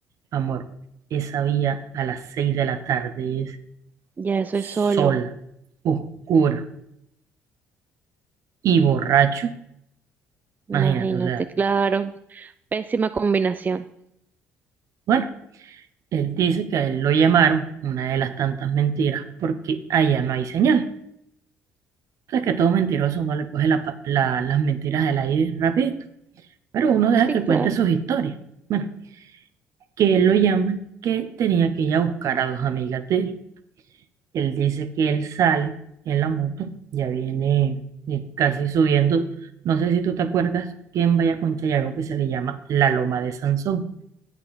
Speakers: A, on the right; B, on the right.
A: amor, esa vía a las seis de la tarde es
B: ya eso
A: sola,
B: es solo,
A: oscura y borracho, imagínate,
B: imagínate,
A: o sea,
B: claro, pésima combinación.
A: bueno, él dice que a él lo llamaron, una de las tantas mentiras, porque allá no hay señal. O sea, que todo mentiroso no le coge la pa- la- las mentiras del aire rápido. pero uno
B: Sí,
A: deja que cuente
B: claro.
A: sus historias. Bueno, que él lo llama, que tenía que ir a buscar a dos amigas de él. Él dice que él sale en la moto, ya viene eh, casi subiendo. No sé si tú te acuerdas quién vaya con Chayago que se le llama la Loma de Sansón.